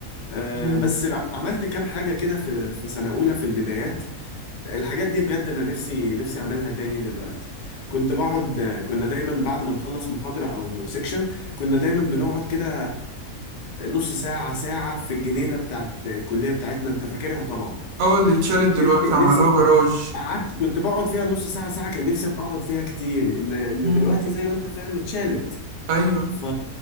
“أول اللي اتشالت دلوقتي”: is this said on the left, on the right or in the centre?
Right